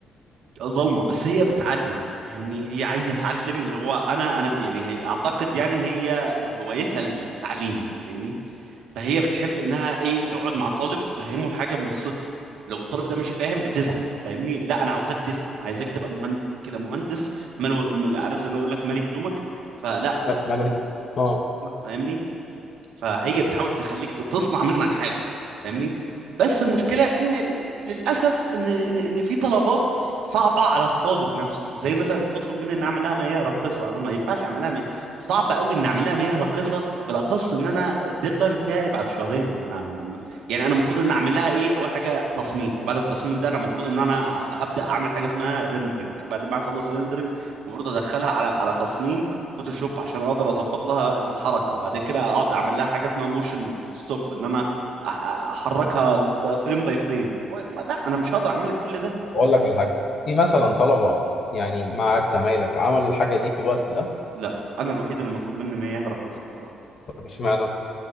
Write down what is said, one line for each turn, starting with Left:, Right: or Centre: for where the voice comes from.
Right: ظلمة بس هي بتعلم فاهمني هي عايزة تعلم اللي هو انا انا يعني هي اعتقد يعني هي هوايتها التعليم فاهمني فهي بتحب انها ايه تقعد مع طالب تفهمه الحاجة من الصفر لو الطالب ده مش فاهم بتزعل فاهمني لا انا عاوزاك تفهم عايزاك تبقى مهندس كده مهندس مالو عارف زي ما يقول لك مالي هدومك فلا
Left: لا، ما الواحد- اه
Right: فاهمني فهي بتحاول تخليك تصنع منك حاجه فاهمني بس المشكله ان ال- للاسف ان ان ان في طلبات صعبه على الطالب نفسه زي مثلا بتطلب مني ان اعمل لها مياه راقصه انا ما ينفعش اعمل لها مياه صعب قوي ان اعمل لها مياه راقصه بالاخص ان انا الديدلاين بتاعي بعد شهرين ما انا م- يعني انا المفروض ان اعمل لها ايه اول حاجه تصميم وبعد التصميم ده انا المفروض ان انا ه- هبدا اعمل حاجه اسمها ريندرنج بعد ما اخلص ريندرنج المفروض ادخلها على على تصميم فوتوشوب عشان اقدر اظبط لها الحركه بعد كده اقعد اعمل لها حاجه اسمها موشن ستوب ان انا أح- احركها فريم باي فريم لا انا مش هقدر اعمل لك كل ده
Left: اقول لك على حاجه في مثلا طلبه يعني معاك زمايلك عملوا الحاجه دي في الوقت ده
Right: لا انا الوحيد اللي مطلوب مني ما يهرقص بصراحه
Left: طب اشمعنى